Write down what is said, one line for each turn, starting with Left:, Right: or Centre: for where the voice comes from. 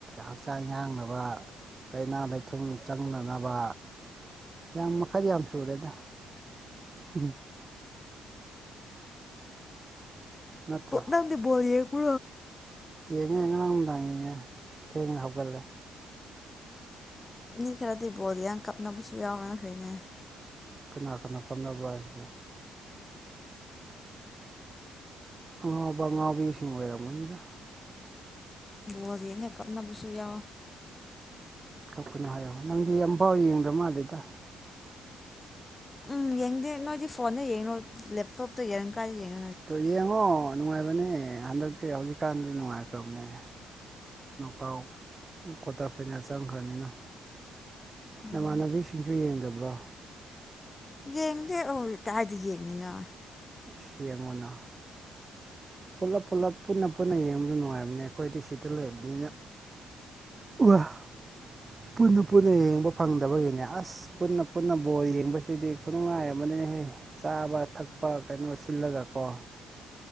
Right: ꯍꯛꯆꯥꯡ ꯌꯥꯡꯅꯕ ꯂꯥꯏꯅꯥ ꯂꯩꯊꯨꯡ ꯆꯪꯅꯅꯕ ꯍ ꯃꯈꯜ ꯌꯥꯝ ꯁꯨꯔꯦꯗ ꯎꯝ ꯅꯠꯇ꯭ꯔꯥ
Left: ꯅꯥꯝꯗꯤ ꯣꯂꯤ ꯀꯣ
Right: ꯌꯦꯡꯉꯦ ꯉꯔꯥꯡ ꯅꯨꯡꯗꯥꯡ ꯌꯦꯡꯉꯦ ꯊꯦꯡꯅ ꯍꯥꯞꯒꯜꯂꯦ
Left: ꯃꯤ ꯈꯔꯗꯤ ꯕꯣꯜꯒꯌꯥ ꯀꯞꯅꯕꯁꯨ ꯌꯥꯎꯔꯅꯈꯩꯅꯦ
Right: ꯀꯅꯥ ꯀꯅꯥ ꯀꯝꯅꯕ꯭ꯔꯥ ꯍꯥꯏꯁꯤꯕꯣ ꯑꯉꯥꯎꯕ ꯑꯉꯥꯕꯤꯁꯤꯡ ꯑꯣꯏꯔꯝꯕꯅꯤꯅ
Left: ꯗ ꯌꯦꯡ ꯀꯞꯅꯕꯨꯁꯨ ꯌꯥꯌꯥꯎꯣ
Right: ꯀꯛꯄꯅꯨ ꯍꯥꯏꯌꯛ ꯅꯪꯗꯤ ꯌꯥꯝꯐꯥꯎ ꯌꯦꯡꯗꯕ ꯃꯥꯜꯂꯦꯗ
Left: ꯎꯝ ꯌꯦꯡꯗꯦ ꯅꯣꯏꯗꯤ ꯐꯣꯟꯗ ꯌꯦꯡꯉꯨꯔꯣ ꯂꯦꯞꯇꯣꯞꯇ ꯌꯦꯡ ꯀꯥꯟꯗ ꯌꯦꯡ
Right: ꯌꯦꯡꯉꯣ ꯅꯨꯡꯉꯥꯏꯕꯅꯦ ꯍꯟꯗꯛꯤ ꯍꯧꯖꯤꯛꯀꯥꯟꯗꯤ ꯅꯨꯡꯉꯥꯏꯈ꯭ꯔꯕꯅꯦ ꯀꯥꯎ ꯀ꯭ꯋꯥꯇꯔ ꯐꯥꯏꯅꯦꯜ ꯆꯪꯈ꯭ꯔꯅꯤꯅ ꯅꯃꯥꯟꯅꯕꯤꯁꯤꯡꯁꯨ
Left: ꯎꯝ
Right: ꯌꯦꯡꯗꯕ꯭ꯔꯣ
Left: ꯌꯦꯡꯉꯅꯦꯦ ꯑꯣꯗꯤ ꯌꯦꯡꯉꯅꯤꯉ
Right: ꯁꯤ ꯌꯦꯉꯣꯅ ꯄꯨꯂꯞ ꯄꯨꯂꯞ ꯄꯨꯟꯅ ꯄꯨꯟꯅ ꯌꯦꯡꯕꯗꯣ ꯅꯨꯡꯉꯥꯏꯕꯅꯦ ꯑꯩꯈꯣꯏꯗꯤ ꯁꯤꯗ ꯂꯩꯕꯅꯤꯅ <unintelligible> ꯄꯨꯟꯅ ꯄꯨꯟꯅ ꯌꯦꯡꯕ ꯐꯪꯗꯕꯒꯤꯅꯦ ꯑꯁ ꯄꯨꯟꯅ ꯄꯨꯟꯅ ꯕꯣꯜ ꯌꯦꯡꯕꯁꯤꯗꯤ ꯈꯨꯅꯨꯡꯉꯥꯏ ꯑꯃꯍꯦ ꯆꯥꯕ ꯊꯛꯄ ꯀꯩꯅꯣ ꯁꯤꯜꯂꯒ ꯀꯣ